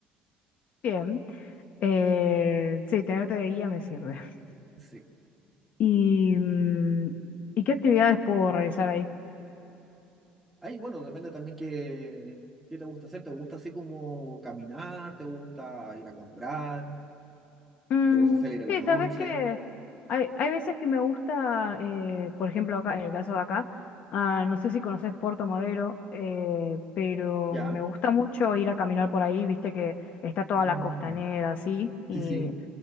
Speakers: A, on the left; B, in the centre.
A: Bien. Eh, sí, tenerte de guía me sirve. <laughs>
B: Sí.
A: ¿Y, mm, ¿y qué actividades puedo realizar ahí?
B: Ahí, bueno, depende también qué, qué te gusta hacer. ¿Te gusta así como caminar? ¿Te gusta ir a comprar?
A: Mm,
B: ¿Te gusta salir en
A: sí,
B: la noche?
A: sabes que hay, hay veces que me gusta, eh, por ejemplo, acá, en el caso de acá, ah, no sé si conoces Puerto Madero, eh, pero
B: ¿Ya?
A: me gusta mucho ir a caminar por ahí, viste que está toda
B: Mm,
A: la costanera así, y
B: sí, sí.